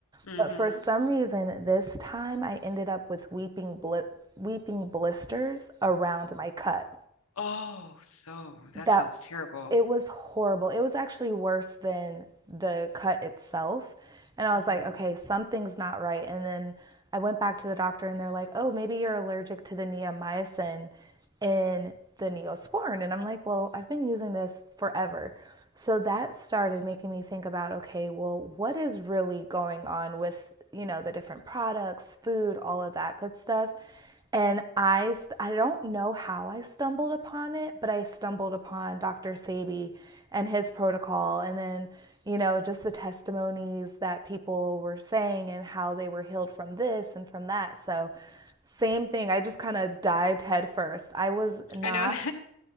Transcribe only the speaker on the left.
Mm-hmm.
Oh, so that
sounds terrible.
hmm
I know,